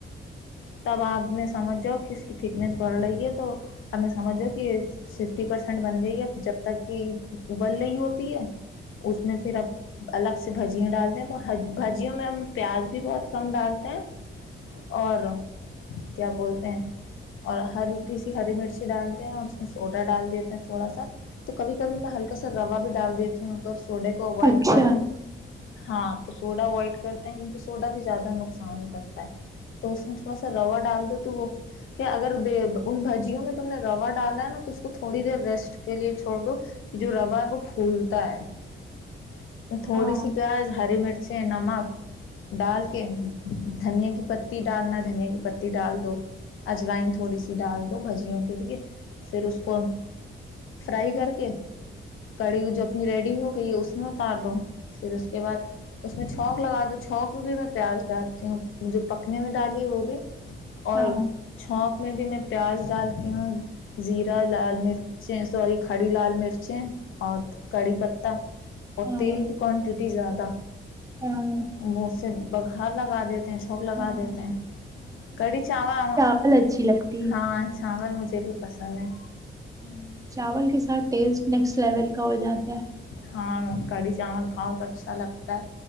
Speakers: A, on the left; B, on the right.
A: تب آپ نے سمجھ جاؤ کہ اس کی تھکنیس پڑ رہی ہے تو اب سمجھ کہ ففٹی پرسینٹ بن گئی ہے ا جب تک کہ ابل رہی ہوتی ہے اس میں پھر اب الگ سے بھجیاں ڈالتے ہیں تو بھجیوں میں ہم پیاز بھی بہت کم ڈالتے ہیں اور کیا بولتے ہیں اور ہلک سی ہری مرچی ڈالتے ہیں اور اس میں سوڈا ڈال دیتے ہیں تھوڑا سا تو کبھی کبھی میں ہلکا سا روا بھی ڈال دیتی ہوں اگر سوڈے کو اوائڈ
B: اچھا
A: کرتی ہاں تو سوڈا اوائڈ کرتے ہیں کیونکہ سوڈا بھی زیادہ نقصان کرتا ہے تو اس میں تھوڑا سا روا ڈال دو تو وہ کیا اگر ان بھجیوں میں تم نے روا ڈالا ہے نا تو اس کو تھوڑی دیر ریسٹ کے لیے چھوڑ دو یہ جو ربا ہے وہ پھول تا ہے تھوڑی
B: ہاں
A: سی پیاز ہری مرچ اچھے نمک ڈال کے دھنیا کی پتی ڈالنا دھنیا کی پتی ڈال دو اجوائن تھوڑی سی ڈال دو بھجیوں کے لیے پھر اس کو فرائی کر کے کڑی جو اپنی ریڈی ہو گئی ہے اس میں اتار دو پھر اس کے بعد اس میں چونک لگا دو چونک میں بھی میں پیاز ڈالتی ہوں جو پکنے میں ڈالی ہے وہ بھی اور
B: ہاں
A: میں بھی میں پیاز ڈالتی ہوں زیرا لال مرچیں سوری کھڑی لال مرچیں اور کڑی پتا اور
B: ہاں
A: تیل کی کوانٹیٹی زیادہ
B: ہاں
A: وہ سے بگار لگا دیتے چوک لگا
B: ہاں
A: دیتے ہیں کڑی چاول
B: ب اچھی لگتی ہے
A: ہاں چاول مجھے بھی پسند ہیں
B: ہاں چاول کے ساتھ ٹیسٹ نیکسٹ لیول کا ہو جاتا ہے
A: ہاں کڑھی چاول کھاؤ تو اچھا لگتا ہے